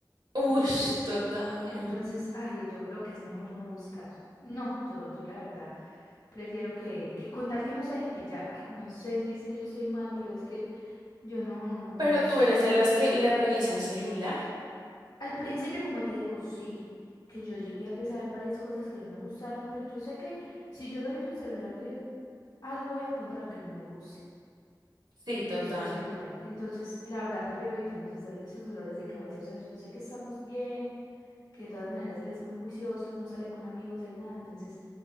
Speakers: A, on the right; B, on the left.
A: Uy,
B: Entonces,
A: total.
B: entonces, ay, yo creo que es mejor no buscar. No, yo, yo la verdad prefiero que, que con tal que no se deje pillar. Ay, no sé si es que yo estoy mal, pero es que yo no, no,
A: Pero
B: no sé.
A: tú eres de las que le revisa el celular.
B: Al principio, como te digo, sí, que yo llegué pues, a ver varias cosas que no me gustaron, pero yo sé que si yo reviso el celular de él, algo voy a encontrar que no me guste.
A: Sí, total.
B: Yo estoy segura. Entonces, la verdad, prefiero evitarme esos, dol- esos dolores de cabeza. O sea, yo sé que estamos bien, que de todas maneras él es muy juicioso, él no sale con amigos, él nada, entonces